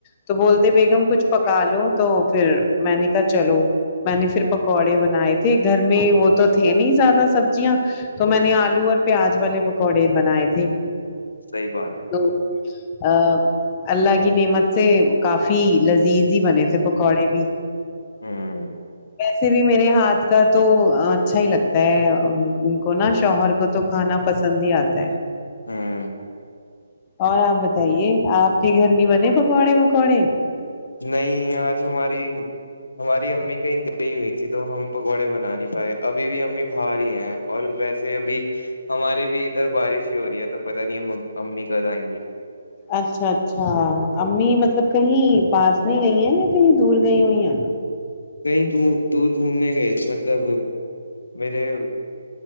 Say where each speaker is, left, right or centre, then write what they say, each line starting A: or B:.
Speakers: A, on the left; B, on the left.
A: تو بولتے بیگم کچھ پکا لو تو پھر میں نے کہا چلو میں نے پھر پکوڑے بنائے تھے گھر میں وہ تو تھے نہیں زیادہ سبزیاں تو میں نے آلو اور پیاز والے پکوڑے بنائے تھے
B: صحیح بات ہے
A: ا اللہ کی نعمت سے کافی لذیذ ہی بنے تھے پکوڑے بھی
B: ہوں
A: سے بھی میرے ہاتھ کا تو اچھا ہی لگتا ہے ان کو نا شوہر کو تو کھانا پسند ہی آتا ہے
B: ہوں
A: اور آپ بتائیے آپ کے گھر میں بنے پکوڑے وکوڑے
B: نہیں آج ہماری ہماری امی کہیں گی ہوئی تھی تو ہم پکوڑے بنا نہیں پائے ابھی بھی امی باہاری ہی ہیں اور ویسے ابھی ہماری بھی ادھر بارش ہی ہو رہی ہے تو پت نہیں امی کد آئیں گی
A: اچھا اچھا امی مطلب کہیں پاس میں گئی ہیں یا کہیں دور گئی ہوئی ہیں
B: کہیں دور گھومنے گئے تھے مطلب میرے